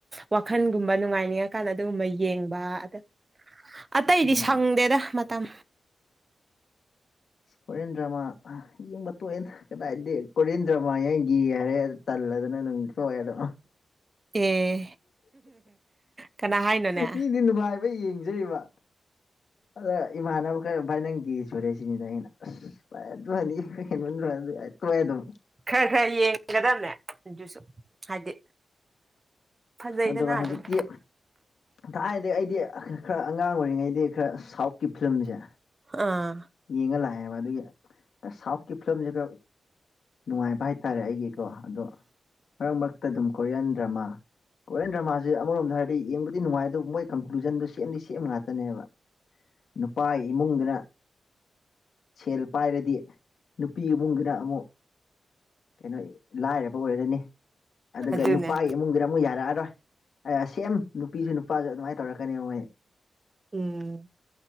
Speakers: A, on the right (about 40°); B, on the left (about 70°).
A: ꯋꯥꯈꯜꯒꯨꯝꯕ ꯅꯨꯡꯉꯥꯏꯅꯤꯡꯉꯀꯥꯟꯗ ꯑꯗꯨꯒꯨꯝꯕ ꯌꯦꯡꯕ ꯑꯗꯥꯥ ꯑꯇꯩꯗꯤ
B: ꯑꯥ
A: ꯁꯪꯗꯦꯗ ꯃꯇꯝ
B: ꯍꯣꯔꯦꯟ ꯗ꯭ꯔꯃꯥ ꯌꯦꯡꯕ ꯇꯣꯏꯅ ꯀꯩꯗꯥꯏꯗꯩ ꯀꯨꯔꯤꯌꯟ ꯗꯔ꯭ꯃꯥ ꯌꯦꯉ ꯒꯦ ꯍꯥꯏꯔꯦ ꯇꯜꯂꯗꯅ ꯑꯗꯨꯝ ꯊꯣꯛꯑꯦꯗꯣ
A: ꯑꯦ ꯀꯅꯥ ꯍꯥꯏꯅꯣꯅꯦ
B: ꯃꯤꯗꯤ ꯅꯨꯡꯉꯥꯏꯕ ꯌꯦꯡꯖꯔꯤꯕ ꯑꯗ ꯏꯃꯥꯟꯅꯕ ꯈꯔ ꯚꯥꯏ ꯅꯪ ꯏ ꯁꯣꯏꯔꯦꯁꯤꯅꯤꯗ ꯑꯩꯅꯥ ꯑꯁ <unintelligible> ꯇꯣꯛꯑꯦ ꯑꯗꯨꯝ
A: ꯈꯔ ꯈꯔ ꯌꯦꯡꯒꯗꯝꯅꯦ ꯑꯗꯨꯁꯨ ꯍꯥꯏꯗꯤ ꯐꯖꯩꯗꯅ
B: ꯑꯗꯨꯒ ꯍꯧꯖꯤꯛꯇꯤ
A: ꯑꯗꯨꯝ
B: ꯊꯥꯏꯅꯗꯩ ꯑꯩꯗꯤ ꯈꯔ ꯑꯉꯥꯡ ꯑꯣꯏꯔꯤꯉꯩꯗꯤ ꯈꯔ ꯁꯥꯎꯠꯀꯤ ꯐꯤꯂꯝꯁꯦ
A: ꯑꯥ
B: ꯌꯦꯡꯉ ꯂꯥꯛꯑꯦꯕ ꯑꯗꯨꯒꯤ ꯁꯥꯎꯠꯀꯤ ꯐꯤꯂꯝꯁꯦ ꯈꯔ ꯅꯨꯡꯉꯥꯏꯕ ꯍꯥꯏꯇꯥꯔꯦ ꯑꯩꯒꯤꯀꯣ ꯑꯗꯣ ꯃꯔꯛ ꯃꯔꯛꯇ ꯑꯗꯨꯝ ꯀꯣꯔꯤꯌꯥꯟ ꯗ꯭ꯔꯃꯥ ꯀꯣꯌꯟ ꯗ꯭ꯔꯃꯥꯥꯁꯦ ꯑꯃꯔꯣꯝꯗ ꯍꯥꯏꯗꯤꯡꯕꯗꯤ ꯅꯨꯡꯉꯥꯏ ꯑꯗꯨꯕꯨ ꯃꯣꯏ ꯀꯟꯀ꯭ꯂꯨꯖꯟꯗꯨ ꯁꯦꯝꯗꯤ ꯁꯦꯝꯃ ꯉꯥꯛꯇꯦ ꯅꯦꯕ ꯅꯨꯄꯥ ꯏꯃꯨꯡꯗꯨꯅ ꯁꯦꯜ ꯄꯥꯏꯔꯗꯤ ꯅꯨꯄꯤ ꯏꯕꯨꯡꯗꯨꯅ ꯑꯃꯨꯛ ꯀꯩꯅꯣ ꯂꯥꯏꯔꯕ ꯑꯣꯏꯔꯅꯤ ꯑꯗꯨꯒ
A: ꯑꯗꯨꯅꯦ
B: ꯅꯨꯄꯥꯒꯤ ꯏꯃꯨꯡꯗꯨꯗ ꯑꯃꯨ ꯌꯥꯔꯛꯑꯔꯣꯏ ꯁꯦꯝ ꯅꯨꯄꯤꯁꯨ ꯅꯨꯄꯥꯁꯨ ꯑꯗꯨꯃꯥꯏꯅ ꯇꯧꯔꯛꯀꯅꯦ
A: ꯎꯝ